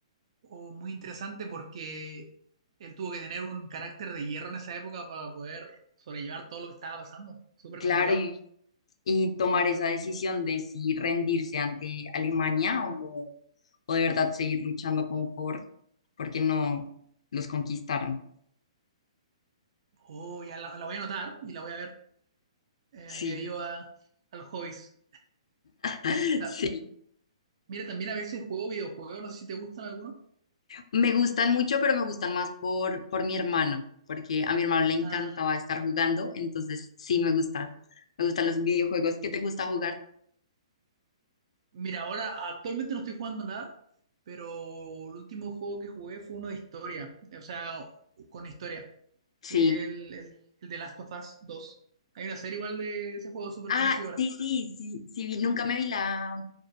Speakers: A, on the right; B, on the left.
A: O muy interesante porque él tuvo que tener un carácter de hierro en esa época para poder sobrellevar todo lo que estaba pasando. Súper
B: Claro,
A: complicado.
B: y, y tomar esa decisión de si rendirse ante Alemania o, o de verdad seguir luchando como por, porque no los conquistaran.
A: Oh, ya la, la voy a anotar y la voy a ver eh,
B: Sí,
A: añadido a, al hobbies.
B: <laughs>
A: Ta-
B: sí.
A: Mira, también a veces juego videojuegos, no sé si te gustan algunos.
B: Me gustan mucho, pero me gustan más por, por mi hermano, porque a mi hermano le encantaba
A: Ah,
B: estar jugando, entonces sí me gusta. Me gustan los videojuegos. ¿Qué te gusta jugar?
A: Mira, ahora actualmente no estoy jugando nada, pero el último juego que jugué fue uno de historia, o sea, con historia,
B: Sí.
A: que es el, el, el de Last of Us dos. Hay una serie igual de ese juego súper
B: Ah,
A: conocido ahora.
B: sí, sí, sí, sí, vi- nunca me vi la,